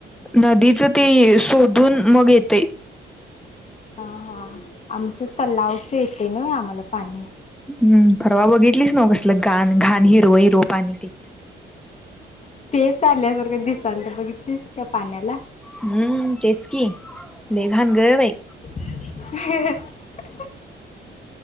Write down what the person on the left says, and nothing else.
हा हा आमच तलावच येते ना आम्हाला पाणी
पेस आल्यासारखं दिसालत बघितलीस त्या पाण्याला
ह <unintelligible>